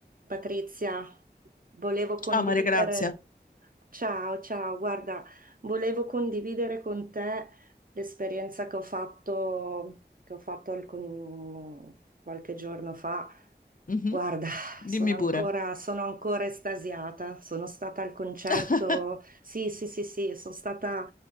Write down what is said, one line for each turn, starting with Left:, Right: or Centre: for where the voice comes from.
Right: Patrizia, volevo condividere,
Left: Ciao Maria Grazia,
Right: ciao, ciao, guarda, volevo condividere con te l'esperienza che ho fatto, che ho fatto alcun- qualche giorno fa
Left: Mhm,
Right: Guarda, sono
Left: dimmi
Right: ancora,
Left: pure.
Right: sono ancora estasiata. Sono stata al concerto.
Left: <laughs>
Right: Sì, sì, sì, sì, sono stata